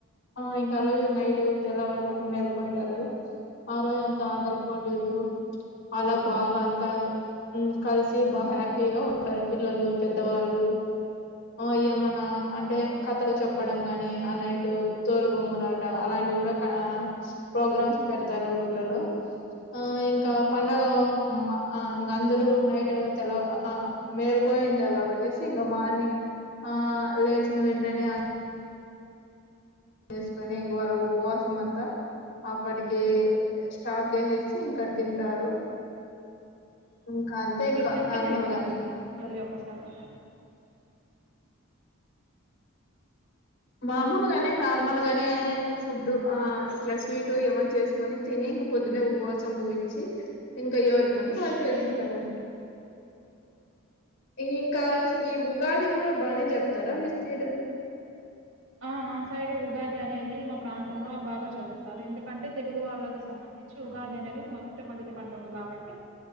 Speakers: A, on the left; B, on the right.
A: ఆ ఇంకా ఆ రోజు నైట్ తెల్లవారు జామున మేల్కొంటారు కదా ఆ రోజు అంతా ఆటలు పోటీలు అలా బాగా అంతా మ్మ్ కలిసి బాగా హ్యాపీగా ఉంటారు పిల్లలు పెద్దవాళ్ళు ఆ ఏమన్నా అంటే కథలు చెప్పడం కానీ ఆ నైట్ టు తోలు బొమ్మలాట అలాన్ టివి కూడా కా ప్రోగ్రామ్స్ పెడతారు ఊర్లలో ఆ ఇన్ కా పండగా ఇం ఆ అందరు నైటు తెల్ల ఆ మేలుకోయింటారు కాబట్టేసి ఇంగ మార్నింగ్ ఆ లేచిన వెంటనే చేసుకొని ఇంకవాళ ఉపవాసం అంతా అప్పటికి స్టాప్ చేసేసి ఇంక తింటారు ఇంకా అంతే
B: మీరు
A: ఇంకా
B: చెప్పింది
A: నార్మల్
B: వినిపించలేదు
A: గానే
B: మళ్ళీ ఒకసారి
A: మమూలుగా అంటే నార్మల్ గా నే ఫుడ్ ఆ ఇట్లా స్వీట్ ఏమన్నా చేసుకొని తిని, ఇంగ పొద్దున్నే ఉపవాసం ముగించి ఇంకా ఎవరి పనులు వాళ్ళు
B: హ్మ్
A: చేసుకుంటారన్. ఇంకా ఈ ఉగాది కూడా బానే జరుపుతారా మీ సైడ్
B: ఆ మా సైడు ఉగాది అనేది మా ప్రాంతం లా బాగా జరుపుతారు, ఎందుకంటే తెలుగు వాళ్ళకు సంబంధించి ఉగాది అనేది మొట్టమొదటి పండుగ కాబట్టి,